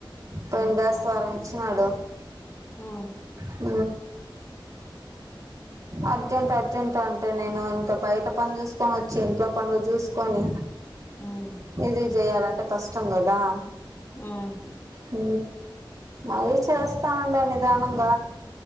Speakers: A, on the right; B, on the left.
A: పోయిన
B: ఉమ్
A: దేశ దవారం చిచ్చనాడు
B: ఉమ్
A: హ అర్జెంట్ అర్జెంట్ అంటే నేను ఇంకా బయట పని చూసుకొని వచ్చి ఇంట్లో పనులు చూసుకొని
B: ఉమ్
A: ఇది చేయాలే కష్టంగాదా
B: ఉమ్
A: హ మళీ చేస్తా ఉండడి నిదానంగా క్క